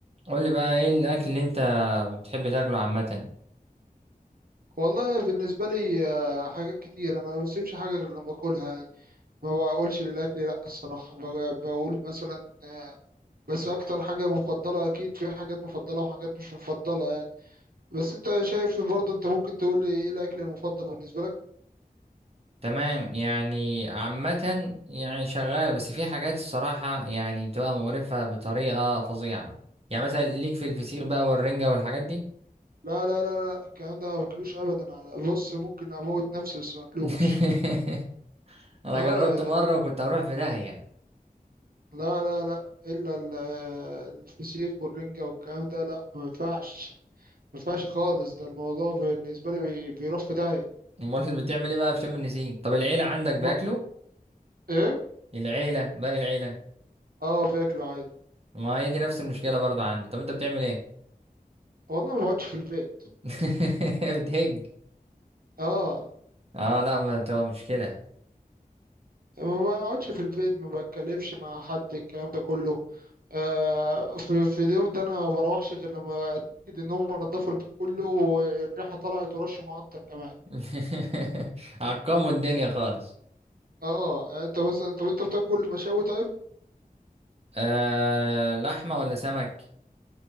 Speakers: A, on the right (about 40°); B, on the right (about 75°).
A: قول لي بقى ايه الاكل اللي انت بتحب تاكله عامه
B: والله بالنسبة لي آه، حاجات كتير أنا ما بسيبش حاجة غير لما باكلها يعني ما بقولش للأكل لأ الصراحة ب- بقول مثلا آه، بس أكتر حاجة مفضلة أكيد في حاجات مفضلة وحاجات مش مفضلة يعني بس أنت شايف برضه أنت ممكن تقول لي إيه الأكل المفضل بالنسبة لك؟
A: تمام يعني عامه يعني شغال بس في حاجات الصراحه يعني بتبقى مقرفه بطريقه فظيعه يعني مثلا ليك في الفسيخ بقى والرنجه والحاجات دي
B: لا لا لا لا الكلام ده ما باكلوش أبدا على- بص ممكن أموت نفسي بس ما باكلوش
A: <laughs> انا
B: آه
A: جربته مره وكنت هروح في داهيه
B: لا لا لا إلا ال- آه، الفسيخ والرنجة والكلام ده لأ ما ينفعش ما ينفعش خالص ده الموضوع بالنسبة لي بي- بيروح في داهية
A: امال بتعمل ايه بقى في شم النسيم طب العيله عندك بياكلوا
B: و- ايه
A: العيله باقي العيله
B: اه باكله عادي
A: ما هي دي نفس المشكله برضه عندي طب انت بتعمل ايه
B: والله ما بقعدش في البيت
A: <laughs> بتهج
B: اه
A: اه لا ما بتبقى مشكله
B: ما بقعدش في البيت ما بتكلمش مع حد الكلام ده كله آه في, في اليوم ده انا ما بروحش غير لما اتاكد ان هم نضفوا البيت كله والريحه طلعت ورش معطر كمان
A: <laughs> عقموا الدنيا خالص
B: اه يعني انت مثلا طب انت بتاكل مشاوي طيب
A: آه لحمة ولا سمك